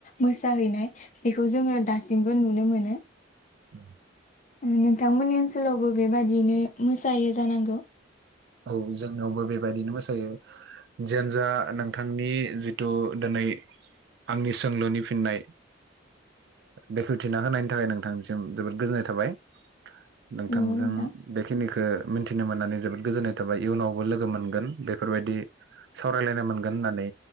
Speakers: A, on the left; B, on the right.
A: मोसाहैनाय बेखौ जोङो दासिमबो नुनो मोनो
B: औ
A: नोंथांमोननि ओनसोलावबो बेबादियनो मोसायो जानांगौ
B: औ जोंनावबो बेबायदिनो मोसायो जेनजा नोंथांनि जिथु दिनै आंनि सोंलुनि फिननाय बेखेवथिना होनायनि थाखाय नोंथांसिम जोबोद गोजोननाय थाबाय नोंथांजों
A: नंगौ नोंथां
B: बेखिनिखौ मिथिनो मोननानै जोबोद गोजोननाय। एबा इयुनावबो लोगो मोनगोन बेफोरबायदि सावरायलायनाय मोनगोन होननानै